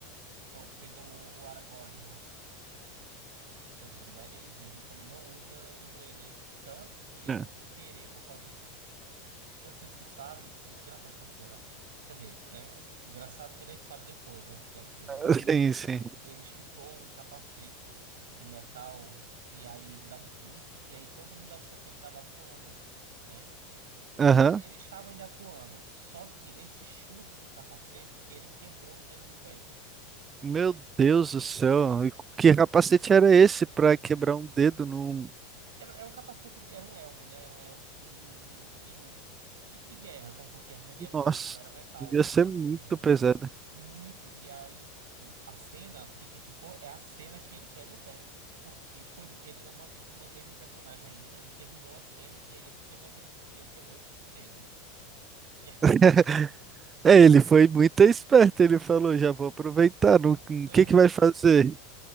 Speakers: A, on the right; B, on the right.
A: Que é o que fez o, o Aragorn do Senhor dos Anéis, ele também não usa dublê, né? Tanto que ele,
B: né?
A: sem querer, por causa desse. <laughs> Eu não sei se você sabe, foi muito engraçada essa cena. Quer dizer, né? essa- Engraçado quando a gente sabe depois, mas deve ser muito
B: <laughs>
A: ruim.
B: Sim, sim.
A: Ele chutou um capacete de metal e aí ele dá um grito, e aí todo mundo achou que ele estava atuando, né?
B: Aham.
A: Quer dizer, ele estava ainda atuando, só que nesse chute do capacete, ele quebrou o dedo do pé.
B: Meu Deus do céu, e que capacete era esse pra quebrar um dedo num...
A: Era, era um capacete, de- era um elmo, né? Era um elmo de, de, lu- de tipo de guerra, como fosse guerra medieval.
B: Nossa,
A: Então era metal
B: devia ser muito
A: mesmo.
B: pesado.
A: Muito. E aí, tipo, a cena fi- que ficou é a cena que ele quebra o pé. Porque foi, ele não, ma- ele se manteve em personagem ainda, ele terminou a cena, e aí depois que terminou a cena, ele disse, eu quebrei o o dedo. E é-
B: <laughs> É, ele foi muito esperto, ele falou, já vou aproveitar, o que
A: <laughs>
B: que vai fazer?